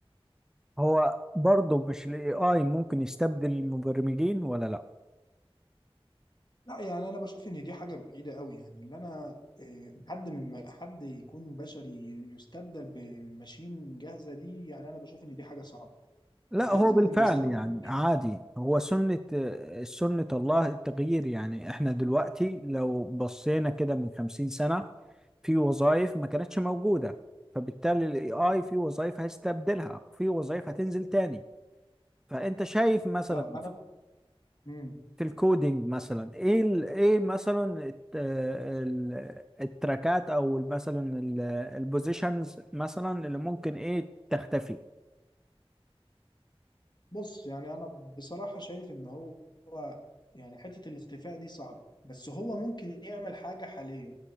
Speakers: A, in the centre; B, on the left.
A: هو برضه مش الاي اي ممكن يستبدل المبرمجين ولا لا؟
B: لا يعني انا بشوف ان دي حاجه بعيده قوي يعني اللي انا اه، حد من ما- حد يكون بشري يستبدل بماشين جاهزه دي يعني انا بشوف ان دي حاجه صعبه
A: لا
B: ولازم
A: هو بالفعل
B: ان اللي يستخدم
A: يعني
B: دي
A: عادي هو سنة سنة الله التغيير يعني احنا دلوقتي لو بصينا كده من خمسين سنة في وظائف ما كانتش موجودة فبالتالي الاي اي في وظائف هيستبدلها وفي وظائف هتنزل تاني فانت شايف مثلا
B: اه انا
A: في الكودينج مثلا ايه ال- ايه مثلا الت- ال- التراكات او مثلا البوزيشنز مثلا اللي ممكن ايه تختفي
B: بص يعني انا بصراحة شايف ان هو يعني حتة الاختفاء دي صعبة بس هو ممكن يعمل حاجة حاليا